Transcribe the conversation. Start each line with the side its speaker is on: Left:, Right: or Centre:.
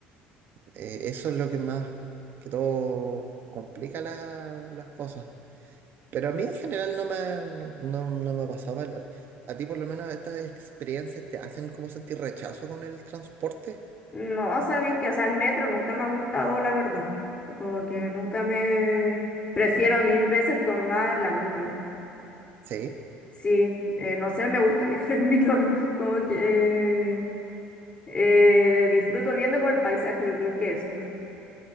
Right: Eh, eso es lo que más, que todo complica la- las cosas. Pero a mí en general no me, no, no- no me pasaba. A, a ti por lo menos estas experiencias te hacen como sentir rechazo con el transporte.
Left: No, sabéis que, o sea, el metro nunca me ha gustado, la verdad. Como que nunca me... Prefiero mil veces tomar la micro.
Right: Sí.
Left: Sí, eh, no sé, me gusta <laughs> viajar en micro, ¿no? Como que eh, disfruto viendo como el paisaje, yo creo que eso.